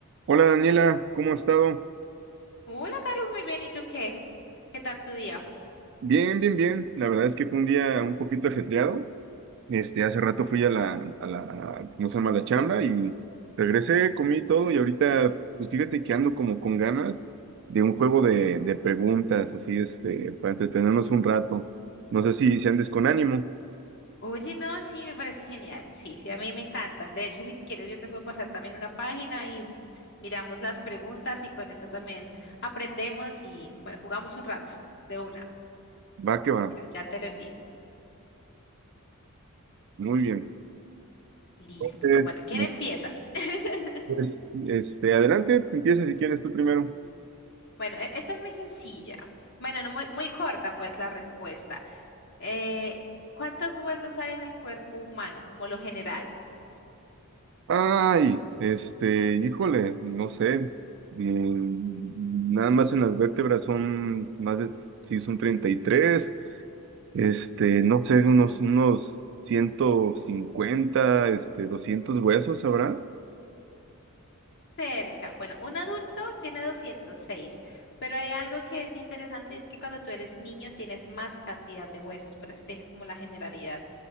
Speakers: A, on the right; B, on the left.
A: Hola Daniela, ¿cómo has estado?
B: Hola Carlos, muy bien. ¿Y tú qué? ¿Qué tal tu día?
A: Bien, bien, bien. La verdad es que fue un día un poquito ajetreado. Este, hace rato fui a la, a la, ¿cómo se llama? la chamba y regresé, comí todo y ahorita, pues fíjate que ando como con ganas de un juego de, de preguntas, así, este, para entretenernos un rato. No sé si, si andes con ánimo.
B: Oye, no, sí, me parece genial. Sí, sí, a mí me encantan. De hecho, si quieres, yo te puedo pasar también una página y miramos las preguntas y con eso también aprendemos y, bueno, jugamos un rato de una.
A: Va que va.
B: Mira, ya te lo envío.
A: Muy bien.
B: Listo.
A: Entonces,
B: Bueno, ¿quién
A: me-
B: empieza? <laughs>
A: pues, este, adelante, empieza si quieres tú primero.
B: Bueno, e- esta es muy sencilla. Bueno, no, muy, muy corta, pues, la respuesta. Eh, ¿cuántos huesos hay en el cuerpo humano, como lo general?
A: Ay, este, híjole, no sé. eh, nada más en las vértebras son más de, sí, son 33. este, no sé, unos, unos 150, este, 200 huesos habrá.
B: Cerca. Bueno, un adulto tiene doscientos seis pero hay algo que es interesante, es que cuando tú eres niño tienes más cantidad de huesos, por eso te dije como la generalidad.